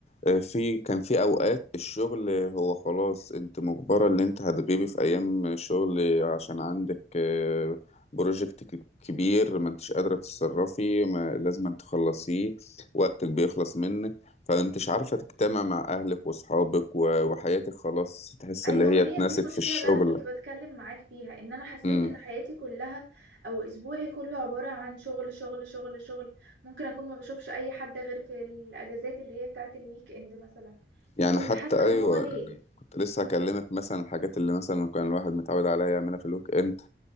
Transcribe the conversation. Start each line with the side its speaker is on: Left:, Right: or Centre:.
Left: آه، في كان في اوقات الشغل هو خلاص انت مجبرة ان انت هتغيبي في ايام شغل عشان عندك آه، بروجكت ك- كبير ما انتش قادرة تتصرفي ما لازم أن تخلصيه وقتك بيخلص منك فانتش عارفة تجتمع مع اهلك واصحابك و- وحياتك خلاص تحس
Right: ايوه
Left: اللي هي
Right: ما هي
Left: اتنست
Right: دي المشكله
Left: في الشغل
Right: اللي انا كنت بتكلم معاك فيها ان انا حسيت
Left: امم
Right: ان حياتي كلها او اسبوعي كله عباره عن شغل شغل شغل شغل ممكن اكون ما بشوفش اي حد غير في الاجازات اللي هي بتاعه الويك اند مثلا
Left: يعني
Right: فكنت
Left: حتى
Right: حاسه ان
Left: ايوه
Right: هو ليه
Left: يعني كنت لسه
Right: مم.
Left: هكلمك مثلا الحاجات اللي مثلا كان الواحد متعود عليها يعملها في الويك اند